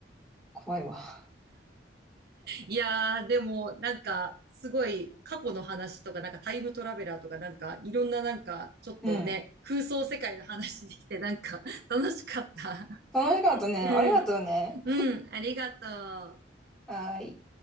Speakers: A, in the centre; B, on the right.
A: 怖いわ。
B: いやー、でも、なんか、すごい過去の話とか、なんかタイムトラベラーとか、なんかいろんななんか、ちょっとね、
A: うん。
B: 空想世界の話できて、なんか <laughs> 楽しかった。
A: 楽しかったね。
B: うん。
A: ありがとうね。
B: うん。ありがとう。
A: はーい。